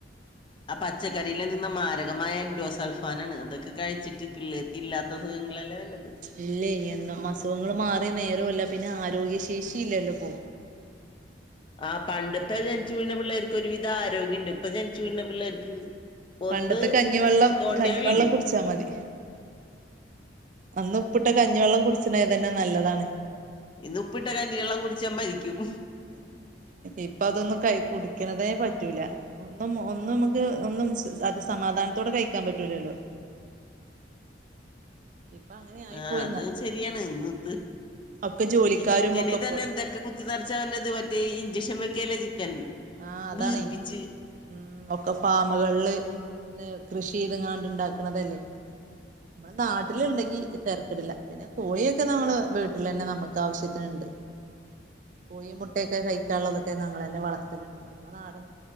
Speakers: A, on the left (about 25°); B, on the right (about 45°).
A: ആ പച്ചക്കറിൽ നിന്ന് മാരകമായ എൻഡോ സൽഫാൻ ആണ് അതൊക്കെ കഴിച്ചിട്ട് പിള്ളേ ഇല്ലാത്ത സുഖങ്ങളല്ലേ വന്നത്
B: ഇല്ല ഇന്നും അസുഖങ്ങൾ മാറി നേരമല്ല പിന്നെ ആരോഗ്യശേഷി ഇല്ലല്ലോ പോ
A: ആ പണ്ടത്തെ ജനിച്ചു വീണ പിള്ളേർക്ക് ഒരുവിധം ആരോഗ്യണ്ട് ഇപ്പൊ ജനിച്ചു
B: ഓ
A: വീഴുന്ന പിള്ളേർക്ക് ഒന്ന്
B: പണ്ടത്തെ കഞ്ഞിവെള്ളം
A: തോണ്ടിയാ
B: കഞ്ഞിവെള്ളം
A: വീഴും
B: കുടിച്ചാ മതി അന്ന് ഉപ്പിട്ട കഞ്ഞിവെള്ളം കുടിച്ചണ തന്നെ നല്ലതാണ്
A: ഇന്ന് ഉപ്പിട്ട കഞ്ഞി വെള്ളം കുടച്ച് മരിക്കും
B: ഇപ്പ അതൊന്നും കൈ കുടിക്കണതേ പറ്റൂല ഒന്നും ഒന്നും നമുക്ക് ഒന്നും അത് സമാധാനത്തോടെ കഴിക്കാൻ പറ്റൂലല്ലോ ഇപ്പൊ അങ്ങനെ ആയി
A: ആഹ
B: പോയിന്ന
A: അത് ശരിയാണ് ഇന്നിത്ത്
B: ഒക്കെ ജോലിക്കാരും
A: ഈ ചിക്കനിൽ
B: ഒക്കെ
A: തന്നെ
B: പോ
A: എന്തൊക്കെ കുത്തി നിറച്ചാ പറന്നത് മറ്റേ ഇഞ്ചക്ഷൻ വെക്കല്ലേ ചിക്കൻ
B: ആഹ അതാണ്
A: വീർപ്പിച്ച്
B: ഉം ഒക്കെ ഫാമുകളില് പിന്നെ കൃഷി ചെയ്തങ്ങാണ്ട് ഇണ്ടാക്കണതല്ലേ നമ്മൾ നാട്ടില ഉണ്ടെങ്കി തെരക്കിടില്ല പോയൊക്കെ നമ്മൾ വീട്ടിൽ തന്നെ നമുക്ക് ആവശ്യത്തിനുണ്ട് കോഴി മുട്ടയൊക്കെ കഴിക്കാനുള്ളതൊക്കെ ഞങ്ങള തന്നെ വളർത്തിട്ടണ്ട്മ്മളെ നാടൻ